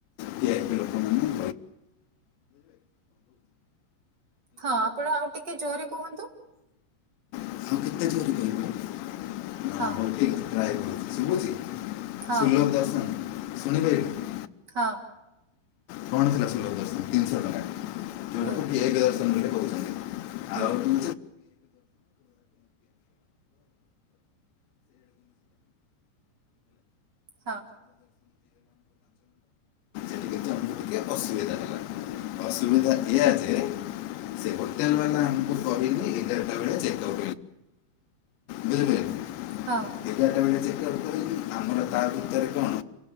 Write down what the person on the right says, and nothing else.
ହଁ ଆପଣ ଆଉ ଟିକେ ଜୋରରେ କୁହନ୍ତୁ।
ହଁ
ହଁ
ହଁ।
ହୁଁ
ହୁଁ
ହଁ
ହଁ